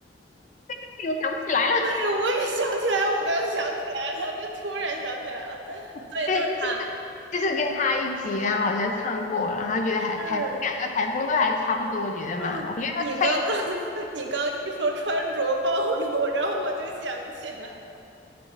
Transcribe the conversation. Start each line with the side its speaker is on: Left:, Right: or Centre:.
Left: <laughs> 这个我想不起来了。
Right: 对，我也想起来，我刚刚想起来了，就突然想起来了。<laughs>
Left: <laughs>
Right: 对，
Left: 对，
Right: 就是他。
Left: 就是就是跟他一起，然后好像唱过，然后觉得还台两个台风都还差不多，
Right: 是。
Left: 我觉得嘛，
Right: 嗯，
Left: 我觉得他差异
Right: 你刚刚 <laughs> 你刚一说穿着暴露，然后我就想起来。